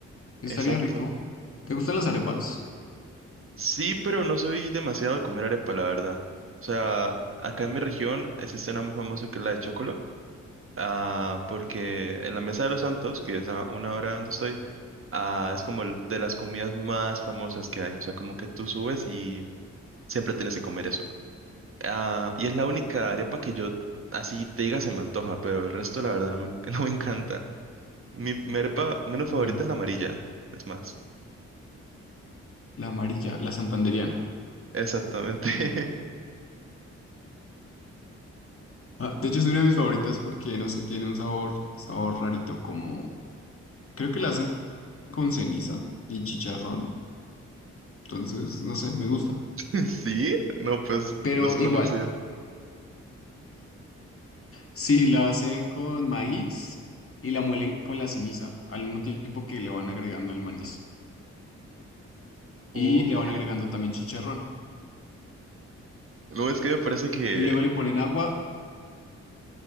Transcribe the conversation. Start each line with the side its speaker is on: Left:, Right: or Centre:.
Left: estaría
Right: Exacto.
Left: rico. ¿Te gustan las arepas?
Right: Sí, pero no soy demasiado de comer arepa, la verdad. O sea, acá en mi región existe una muy famosa que es la de chocolo. ah, porque en la Mesa de los Santos, que es a una hora donde estoy, ah, es como l- de las comidas más famosas que hay. O sea, como que tú subes y siempre tienes que comer eso. Ah, y es la única arepa que yo, así te diga, se me antoja, pero el resto, la verdad, no me, en- <laughs> no me encanta. Mi, mi arepa menos
Left: Mm,
Right: favorita es la amarilla, es más.
Left: la amarilla, la santandereana.
Right: Exactamente.
Left: Ah, de hecho, es una de mis favoritas porque, no sé, tiene un sabor, sabor rarito, como, creo que la hacen con ceniza y chicharrón, entonces, no sé, me gusta.
Right: <laughs> ¿Sí? No, pues
Left: Pero
Right: desconocida.
Left: igual. Sí, la hacen con maíz y la muelen con la ceniza, al mismo tiempo que le van agregando el maíz. Y
Right: Ok.
Left: le van agregando también chicharrón.
Right: No, es que me parece que,
Left: Y luego le ponen agua